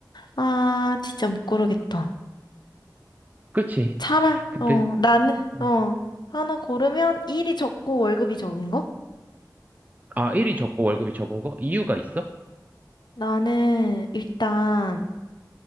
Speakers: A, on the left (about 80°); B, on the right (about 25°).
A: 아, 진짜 못 고르겠다.
B: 그치.
A: 차라,
B: 근데,
A: 어, 나는,
B: 음.
A: 어, 하나 고르면 일이 적고 월급이 적은 거?
B: 아, 일이 적고 월급이 적은 거? 이유가 있어?
A: 나는 일단